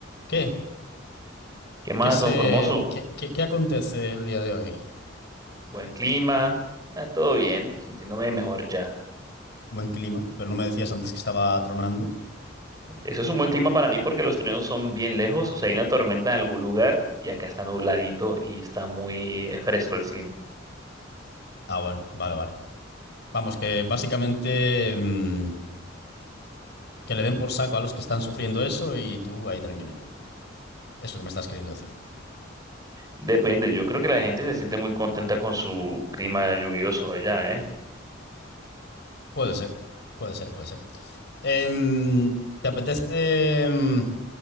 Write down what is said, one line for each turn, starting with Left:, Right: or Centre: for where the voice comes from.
Left: ¿Qué?
Right: ¿Qué más,
Left: ¿Qué se,
Right: don Formoso?
Left: qué, qué- qué acontece el día de hoy?
Right: Buen clima, ah, todo bien, sintiéndome mejor ya.
Left: Buen clima, pero no me decías antes que estaba tronando.
Right: Eso es un buen clima para mí porque los truenos son bien lejos, o sea, hay una tormenta en algún lugar y acá está nubladito y está muy eh, fresco el clima.
Left: Ah, bueno, vale, vale. Vamos, que básicamente mm, que le den por saco a los que están sufriendo eso y tú ahí tranquilito. Es lo que me estás queriendo decir.
Right: Depende, yo creo que la gente se siente muy contenta con su clima lluvioso allá, ¿eh?
Left: Puede ser, puede ser, puede ser. Em, ¿te apetece, mm,